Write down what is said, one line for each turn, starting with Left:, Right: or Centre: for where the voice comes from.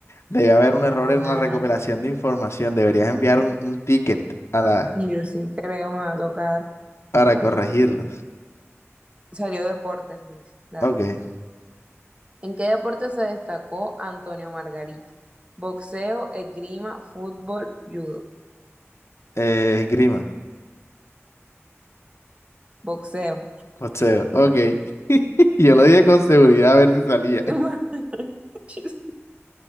Left: debe haber
Right: Nada,
Left: un error en
Right: nada.
Left: la recopilación de información. Deberías enviar un, un ticket a la,
Right: Yo sí creo me va a tocar.
Left: para corregirlos.
Right: Salió deportes, Luis. Dale.
Left: Ok,
Right: ¿En qué deporte se destacó Antonio Margarito? Boxeo, esgrima, fútbol, judo.
Left: eh, esgrima.
Right: Boxeo.
Left: José, ok. <laughs> Yo lo dije con seguridad a ver si salía.
Right: <laughs> Manches.